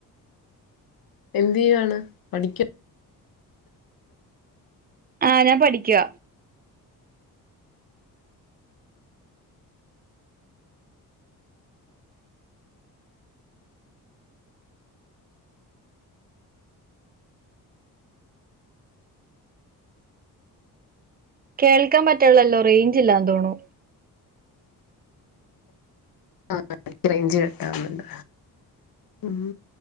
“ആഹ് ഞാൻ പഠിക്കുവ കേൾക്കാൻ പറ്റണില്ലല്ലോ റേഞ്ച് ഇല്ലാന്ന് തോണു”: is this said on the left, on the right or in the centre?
Right